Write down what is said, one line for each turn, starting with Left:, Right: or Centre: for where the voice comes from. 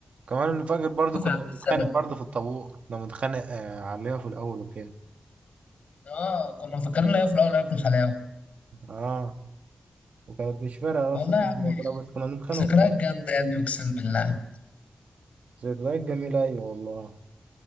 Right: كمان انا فاكر برضو
Left: شوف
Right: كنا
Left: يا عم
Right: بنتخانق
Left: الزمن
Right: برضو في الطابور كنا بنتخانق آه، عليها في الاول وكده
Left: اه كنا مفكرين لا في الاول هياكل حلاوه
Right: اه وكانت مش فارقة
Left: والله
Right: اصلا
Left: يا عم
Right: وخلاص، بس كنا بنتخانق
Left: ذكريات
Right: وخلاص
Left: جامده يا ابني اقسم بالله
Right: ذكريات جميلة ايوه والله